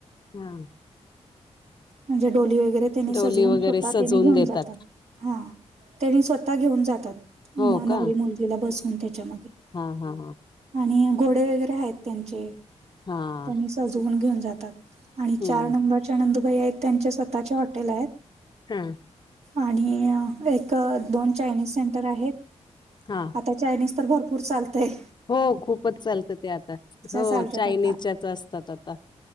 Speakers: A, on the left; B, on the right.
A: हा
B: म्हणजे डोली वगरे त्यानी सजवून
A: डोली वगैरे
B: स्वतः
A: सजवून
B: त्यानी घेऊन
A: देतात
B: जातात हा त्यानी स्वतः घेऊन जातात
A: हो
B: म
A: का
B: नवरी मुलगीला बसून त्याच्यामध्ये
A: हा हा हा
B: आणि घोडे वगैरे आहेत त्यांचे
A: हा
B: त्यांनी सजवून घेऊन जातात आणि चार
A: हम्म
B: नंबरच्या नंदुभई आहेत त्यांचे स्वतःचे हॉटेल आहेत
A: हा
B: आणि एक दोन चायनीज सेंटर आहेत
A: हां
B: आता चायनीज तर भरपूर चालतंय
A: हो खूपच चालतं ते आता हो
B: चालतात
A: चायनीजच्याच
B: आता
A: असतात आता.